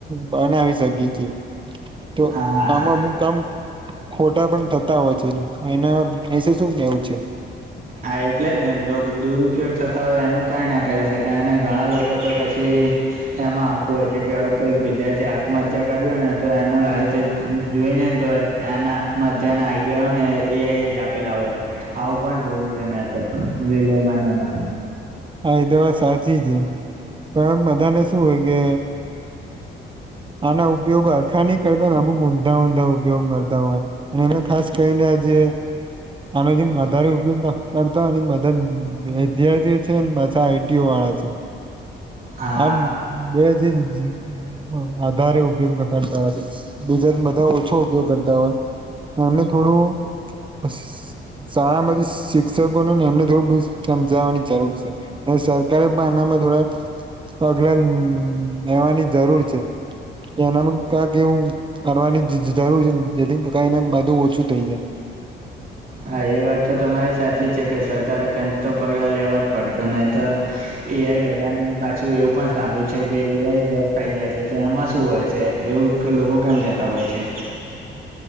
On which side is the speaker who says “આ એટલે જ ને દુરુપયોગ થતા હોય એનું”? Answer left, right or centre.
Right